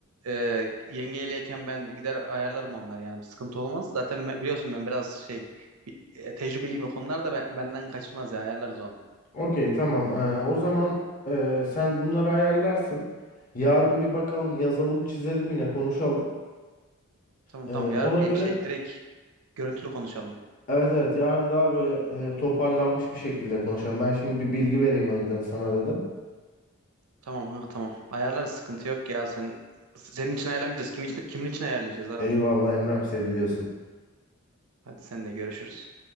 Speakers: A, on the right (about 80°); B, on the left (about 40°).
A: e, yengeyleyken ben gider ayarlarım onlar yani bir sıkıntı olmaz. Zaten ben- biliyorsun ben biraz şey bir, e, tecrübeliyim o konularda ben- benden kaçmaz ya ayarlarız onu.
B: Okey tamam. Ee, o zaman e, sen bunları ayarlarsın. Yarın bir bakalım yazalım çizelim yine konuşalım.
A: Tamam
B: Ee,
A: tamam yarın
B: ona
A: bir
B: göre
A: şey direkt görüntülü konuşalım.
B: evet evet yarın daha böyle e, toparlanmış bir şekilde konuşalım. Ben şimdi bir bilgi vereyim önden sana dedim.
A: Tamam kanka tamam. Ayarlarız sıkıntı yok ya. Sen, senin için ayarlamayacağız. Kim için, kimin için ayarlayacağız abi?
B: Eyvallah Emrem seviliyorsun.
A: Hadi sen de görüşürüz.